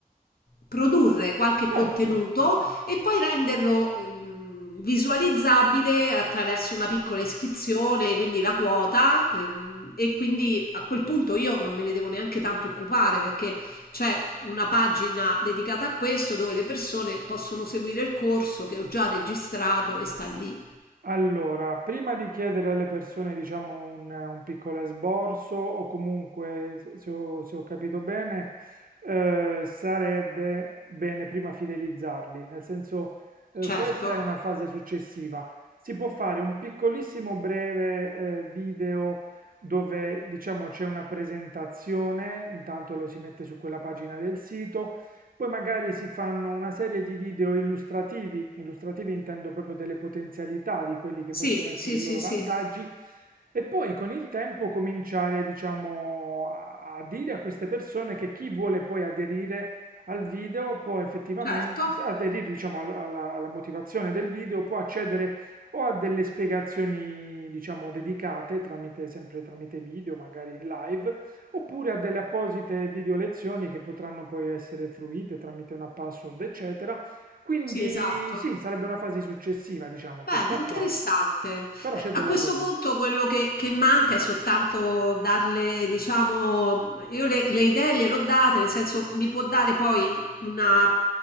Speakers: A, on the left (about 80°); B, on the right (about 65°).
A: produrre qualche
B: Certo.
A: contenuto e poi renderlo ehm, visualizzabile attraverso una piccola iscrizione, quindi la quota. ehm, e quindi a quel punto io non me ne devo neanche tanto occupare perché c'è una pagina dedicata a questo dove le persone possono seguire il corso che ho già registrato e sta lì.
B: Allora, prima di chiedere alle persone, diciamo, un, un piccolo esborso o comunque, se se ho, se ho capito bene, eh, sarebbe bene prima fidelizzarli, nel senso, eh,
A: Certo.
B: questa è una fase successiva. Si può fare un piccolissimo breve, eh, video dove, diciamo, c'è una presentazione, intanto lo si mette su quella pagina del sito, poi magari si fanno una serie di video illustrativi, illustrativi intendo proprio delle potenzialità di quelli che
A: Sì,
B: possono essere
A: sì,
B: i loro
A: sì, sì,
B: vantaggi, e poi con il tempo cominciare, diciamo, a a dire a queste persone che chi vuole poi aderire al video può effettivamente
A: certo.
B: sì, aderire, diciamo, al- alla, alla motivazione del video, può accedere o a delle spiegazioni, diciamo, dedicate tramite, sempre tramite video, magari in live, Oppure a delle apposite videolezioni che potranno poi essere fruite tramite una password, eccetera. Quindi
A: Sì, esatto.
B: sì, sarebbe una fase successiva, diciamo,
A: Beh,
B: questa
A: interessante.
B: qua, però
A: Eh,
B: c'è del
A: A
B: lavoro.
A: questo punto quello che, che manca è soltanto darle, diciamo, mhmm, io le, le idee gliel'ho date, nel senso mi può dare poi una